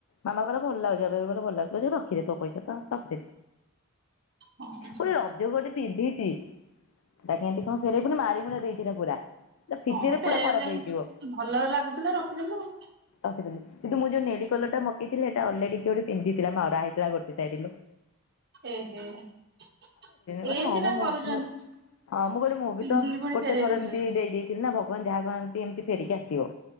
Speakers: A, on the left; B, on the right.
A: ମାମା କହିଲେ ଭଲ ଲାଗୁଛି। ଏବେ ବି କହିଲେ ଭଲ ଲାଗୁଛି ତୋ ରଖିଦେ ତୋ ପଇସା ତ ରଖିଦେ
B: ହଁ ହଁ
A: ଫୁଣି ରଜକୁ ଗୋଟେ ପିନ୍ଧିଛି। ତା କେମିତି କଣ ଫେରେଇବୁ ମାରି ମୁରା ଦେଇଛି ପୁରା ତା ଫିତିରେ
B: ହଁ
A: ପୁରା
B: ଫେରେଇବୁ
A: ଖରାପ
B: କାହିଁ
A: ହେଇଯିବ
B: ଭଲ ଲାଗୁଥିଲା ରଖିଦେଲୁ ଆଉ।
A: ରଖିଦେଲି କିନ୍ତୁ ମୁଁ ଯୋଉ ନେଳି କଲରଟା ମଗେଇଥିଲି ସେଇଟା ଅଲରେଡି କିଏ ଗୋଟେ ପିନ୍ଧିଥିଲା ମରା ହେଇଥିଲା ଗୋଟେ ସାଇଡୁରୁ
B: ଏହେ ଏମିତି
A: କହିଲି ହଁ ମ
B: ବା
A: ମୁଁ
B: କରୁଛନ୍ତି।
A: ମୁଁ ହଁ ମୁଁ କହିଲି ମୁଁ
B: ପିନ୍ଧିକି
A: ବି ତ
B: ପୁଣି
A: ଗୋଟେ
B: ଫେରେଇ
A: ଥର
B: ଦଉଛନ୍ତି।
A: ଏମିତି ଦେଇ ଦେଇଥିଲି ନା ଭଗବାନ ଯାହା କରନ୍ତି ଏମତି ଫେରିକି ଆସିବ।